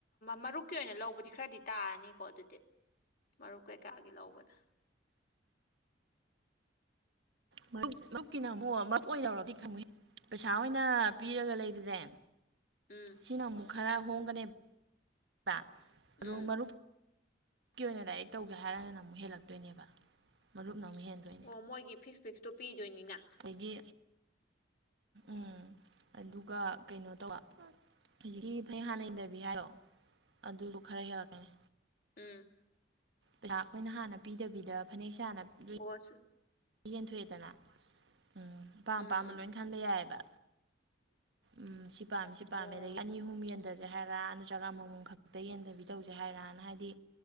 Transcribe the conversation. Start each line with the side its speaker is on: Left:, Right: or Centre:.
Left: ꯃꯔꯨꯞꯀꯤ ꯑꯣꯏꯅ ꯂꯧꯕꯗꯤ ꯈꯔꯗꯤ ꯇꯥꯔꯅꯤꯀꯣ ꯑꯗꯨꯗꯤ ꯃꯔꯨꯞ ꯀꯩꯀꯥꯒꯤ ꯂꯧꯕꯗ
Right: ꯃꯔꯨꯞ ꯃꯔꯨꯞꯀꯤꯅ ꯑꯃꯨꯛ ꯃꯔꯨꯞ ꯑꯣꯏꯅ ꯂꯧꯔꯗꯤ <unintelligible> ꯄꯩꯁꯥ ꯑꯣꯏꯅ ꯄꯤꯔꯒ ꯂꯩꯕꯁꯦ
Left: ꯎꯝ
Right: ꯁꯤꯅ ꯑꯃꯨꯛ ꯈꯔ ꯍꯣꯡꯒꯅꯦꯕ
Left: ꯎꯝ
Right: ꯑꯗꯨ ꯃꯔꯨꯞ ꯀꯤ ꯑꯣꯏꯅ ꯗꯥꯏꯔꯦꯛ ꯇꯧꯒꯦ ꯍꯥꯏꯔꯒꯅ ꯑꯃꯨꯛ ꯍꯦꯜꯂꯛꯇꯣꯏꯅꯦꯕ ꯃꯔꯨꯞ ꯅ ꯑꯃꯨꯛ ꯍꯦꯟꯗꯣꯏ
Left: ꯑꯣ ꯃꯣꯏꯒꯤ ꯐꯤꯛꯁ ꯐꯤꯛꯁꯇꯣ ꯄꯤꯗꯣꯏꯅꯤꯅ
Right: ꯑꯗꯒꯤ ꯎꯝ ꯑꯗꯨꯒ ꯀꯩꯅꯣ ꯇꯧꯕ ꯍꯧꯖꯤꯛꯀꯤ ꯐꯩ ꯍꯥꯟꯅ <unintelligible> ꯍꯥꯏꯗꯣ ꯑꯗꯨꯁꯨ ꯈꯔ ꯍꯦꯜꯂꯛꯀꯅꯤ
Left: ꯎꯝ
Right: ꯄꯩꯁꯥ ꯑꯩꯈꯣꯏꯅ ꯍꯥꯟꯅ ꯄꯤꯗꯕꯤꯗ ꯐꯅꯦꯛꯁꯤ ꯍꯥꯟꯅ ꯄꯤꯗꯣꯢꯅꯤ
Left: <unintelligible>
Right: ꯌꯦꯟꯊꯣꯛꯑꯦꯗꯅ ꯎꯝ ꯑꯄꯥꯝ
Left: ꯎꯝ
Right: ꯑꯄꯥꯝꯕ ꯂꯣꯏ ꯈꯟꯕ ꯌꯥꯏꯑꯕ ꯎꯝ ꯁꯤ ꯄꯥꯝꯃꯤ ꯁꯤ ꯄꯥꯝꯃꯤ
Left: ꯑꯣ
Right: ꯑꯗꯒꯤ ꯑꯅꯤ ꯑꯍꯨꯝ ꯌꯦꯟꯊꯣꯛ ꯍꯟꯗꯁꯤ ꯍꯥꯏꯔꯥ ꯅꯠꯇ꯭ꯔꯒ ꯑꯃꯃꯝ ꯈꯛꯇ ꯌꯦꯟꯊꯕꯤ ꯇꯧꯁꯤ ꯍꯥꯏꯔꯅ ꯍꯥꯏꯗꯤ